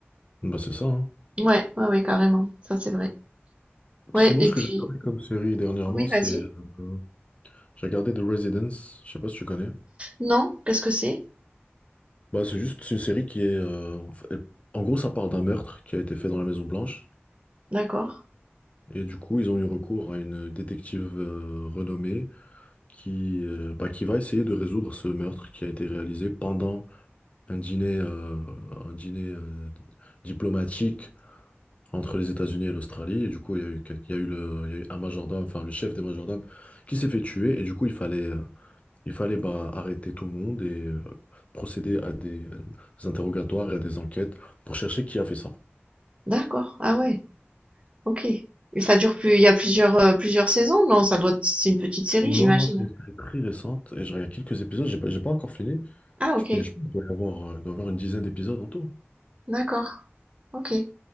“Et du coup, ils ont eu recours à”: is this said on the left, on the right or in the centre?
Left